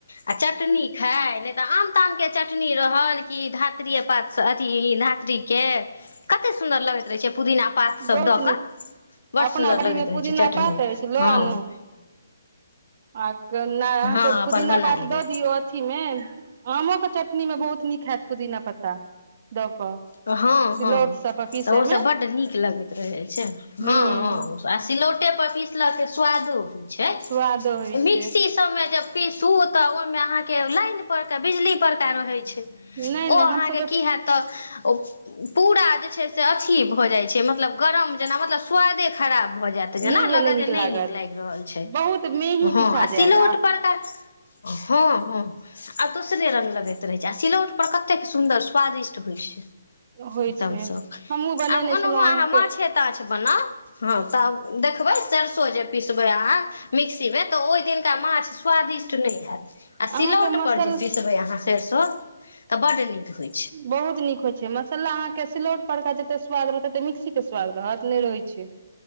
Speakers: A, on the left (about 70°); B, on the right (about 45°).
A: आ चटनी खाय नय तऽ आम ताम केँ चटनी रहल कि धात्रिए पात सँ अथि धात्री के कते सुंन्दर लगैत रहे छै पुदीना पात सब
B: बहुत
A: द
B: नीक
A: कऽ बड
B: अपना
A: सुंन्दर
B: बाड़ी
A: लगैत
B: मे
A: रहे
B: पुदीना
A: छै चटनी
B: पात अछि लऽ
A: हँ
B: आनू आ केँ नय अहाँकेँ
A: हँ
B: पुदीना
A: अपन बना
B: पात
A: लियौ
B: द दियऔ अथी मे आमो कऽ चटनी मे बहुत बहुत निक हैत पुदिना पत्ता द कऽ
A: हँ
B: सिलौट
A: हँ
B: सब पर पीसै
A: तऽ ओसभ
B: मे
A: बड्ड नीक लगैत रहै छै हँ
B: हूँ
A: हँ आ सिलौटे पर पीसलक केँ स्वादो होइ छै
B: स्वाद होइ
A: मिक्सी
B: छै
A: सब मे जे पीसू तऽ ओहि मे अहाँकेँ लाइन पर का बिजली पर का रहे छै
B: नहि
A: ओ
B: नहि
A: अहाँकेँ
B: हमसभ
A: की हैत तऽ औ पुरा जे छय से अथी भो जाय छै मतलब गरम जेना मतलब स्वादे खराब भऽ जैत जेना
B: नहि
A: लगत
B: नहि
A: जे नय
B: लागत
A: नीक लायग रहल छै
B: बहुत मेही
A: हँ
B: पिसा
A: आ सिलौट
B: जायत
A: पड़का हँ हँ आ दोसरे रंग लगैत रहै छै आ सिलौट पर कतेक सुन्दर स्वादिष्ट होइ छै
B: होइ
A: एकदम
B: छै
A: श ख
B: हमहूँ बनेने
A: आ ओनहुँ
B: छलहुँ अहाँके
A: अहाँ माछे ताछ बनाउ हँ तब देखबै सरिसो जे पिसबै अहाँ मिक्सीमे तऽ ओहि दिनका माछ स्वादिष्ट नय हैत
B: अहाँके
A: आ सिलौट
B: मसल
A: पर जे पिसबे अहाँ सेरसो तऽ बड नीक होई
B: बहुत नीक होयत मसाला अहाँकेँ सिलौट परा जते स्वाद रहत तते मिक्सी केँ स्वाद रहत नय रहे छै